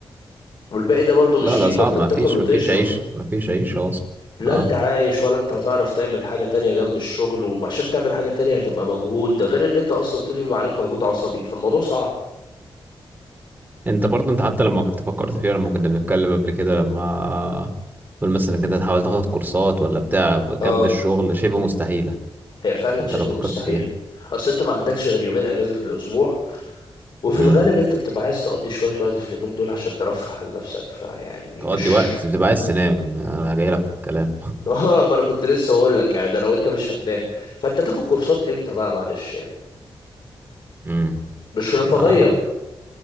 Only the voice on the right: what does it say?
لا لا
صعب
ما
فيش
ما فيش عيش ما فيش عيش اصلا
اه
انت برضه انت حتى لما كنت فكرت فيها لما كنا بنتكلم قبل كده لما تقول مثلا انك انت تحاول تاخد كورسات ولا بتاع جنب
الشغل شبه مستحيلة
انت
لو فكرت
فيها
امم
تقضي
وقت بتبقى عايز تنام انا جاي لك في الكلام
امم
ده